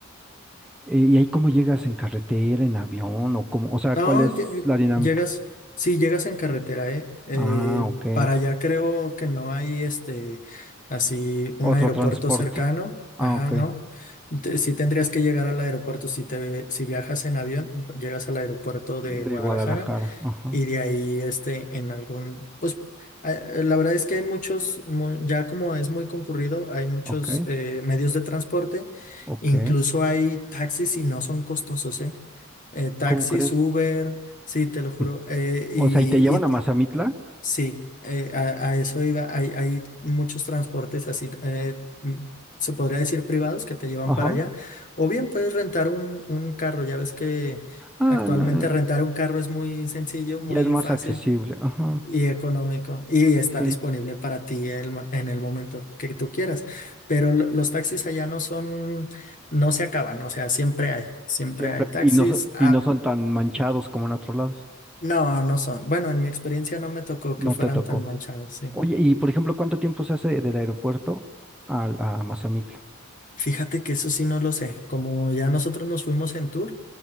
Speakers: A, in the centre; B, on the left (about 40°).
A: ¿y ahí cómo llegas en carretera, en avión, o cómo, o sea,
B: No,
A: cuál es
B: lle-
A: la dinámica?
B: llegas, sí, llegas en carretera, ¿eh? Eh,
A: Ah, ok.
B: para allá creo que no hay este, así,
A: Otro
B: un aeropuerto
A: transporte.
B: cercano,
A: Ah,
B: ajá,
A: ok.
B: ¿no? Te- sí tendrías que llegar al aeropuerto, si te, si viajas en avión, llegas al aeropuerto
A: De
B: de Guadalajara
A: Guadalajara, ajá.
B: y de ahí este en algún pues a- eh, la verdad es que hay muchos mu- ya como es muy concurrido hay muchos
A: Ok,
B: eh, medios de transporte
A: ok.
B: incluso hay taxis y no son costosos ¿eh? Eh, taxis
A: ¿Cómo crees?
B: Uber sí te lo juro
A: <laughs>
B: eh,
A: O
B: y,
A: sea, ¿y te llevan a Mazamitla?
B: Sí, eh, a, a eso iba. Hay, hay muchos transportes así, eh, mm, se podría decir privados, que te llevan
A: Ajá.
B: para allá. O bien puedes rentar un, un carro. Ya ves que
A: Ah,
B: actualmente
A: no, no,
B: rentar un carro es muy sencillo,
A: ya
B: muy
A: es más
B: fácil
A: accesible. Ajá.
B: y económico. Y está
A: Sí,
B: disponible para ti el mo- en el momento que tú quieras. Pero lo- los taxis allá no son, no se acaban. O sea, siempre hay, siempre
A: siempre.
B: hay taxis.
A: Y no, so-
B: Ah,
A: y no son tan manchados como en otros lados.
B: no, no son. Bueno, en mi experiencia no me tocó
A: No
B: que fueran
A: te tocó.
B: tan manchados, sí.
A: Oye, y por ejemplo, ¿cuánto tiempo se hace del aeropuerto al- a, Mazamitla?
B: Fíjate que eso sí no lo sé. Como ya nosotros nos fuimos en tour,